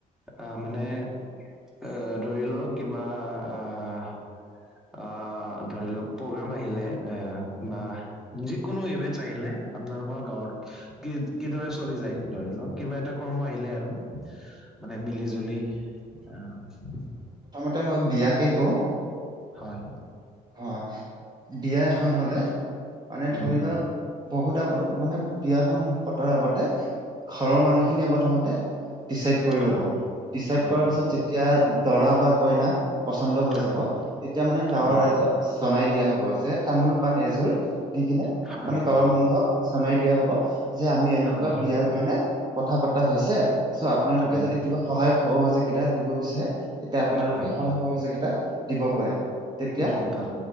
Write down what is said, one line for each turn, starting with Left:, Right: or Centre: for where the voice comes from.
Centre: অহ মানে এ ধৰি লওক কিবা আহ আ ধৰি লওক প্ৰগ্ৰাম আহিলে এ বা যিকোনো ইভেনচ্ আহিলে আপোনালোকৰ গাঁৱত কি কিদৰে চলি যায় ধৰি লওক কিবা এটা কৰ্ম আহিলে আৰু মানে মিলি জুলি আহ
Right: ত মই বিয়াকে কওঁ
Centre: হয়
Right: হয় বিয়া এখন হলে মানে
Centre: উম,
Right: ধৰি লওক বহুত আগৰ মানে বিয়াখন পতাৰ আগতে ঘৰৰ মানুহখিনিয়ে প্ৰথমতে ডিচাইড কৰি
Centre: হয়
Right: ল'ব ডিচাইড
Centre: হয়
Right: কৰাৰ পিছত যেতিয়া দৰা বা কইনা পচন্দ হৈ
Centre: হয়
Right: যাব তেতিয়া মানে গাঁৱৰ
Centre: হয়
Right: ৰাইজ জনাই দিয়া হব যে তামোল পাণ এযোৰ দি কিনে
Centre: হয়
Right: মানে গাঁৱৰ মানুহক জনাই দিয়া হব যে আমি এনেকুৱা
Centre: হয় হয়
Right: বিয়াৰ কাৰণে কথা পাত হৈছে চ' আপোনালোকে
Centre: হয়
Right: যদি কিবা সহায় সহযোগিতা দিব বিচাৰে এতিয়া আপোনালোকে
Centre: হয়
Right: সহায় সহযোগিতা দিব পাৰে তেতিয়া
Centre: বহুত ভাল